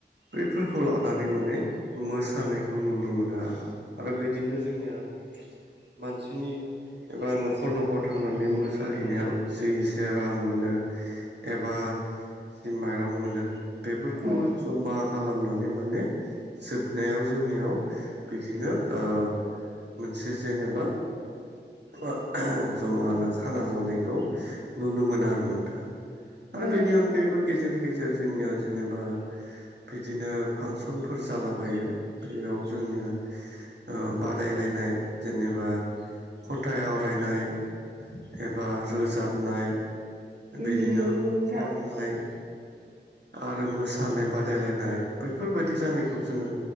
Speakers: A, on the right (about 65°); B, on the right (about 50°).
A: बैफोरखौ लानानै माने मोसानायखौ नुनो मोनो आरो आरो बिदिनो जोंनिया
B: <inaudible>
A: मानसिनि एबा न'खर न'खर थांनानै मोसाहैनायाव जि एसे रां मोनो एबा जि माइरं मोनो बेफोरखौ
B: औ
A: जमा खालामनानै माने जोबनायाव जोंनियाव बिदिनो ओ मोनसे जेनेबा आ <unintelligible> जमानो खाना जानायखौ नुनो मोनो आरो नोंथाहा आरो
B: ओ
A: बेनि
B: नंगौ।
A: अनगायैबो गेजेर गेजेर जोंनियाव जेनेबा बिदिनो फांसनफोर जालाबायो बेयाव जोंनिया ओ बादायलायनाय जेनेबा खन्थाइ आवरायनाय एबा रोजाबनाय
B: उम
A: बिदिनो
B: नंगौ नोंथां।
A: खननाय
B: <inaudible>
A: आरो मोसानाय बादायलायनाय बैफोरबायादि जानायखौ जोङो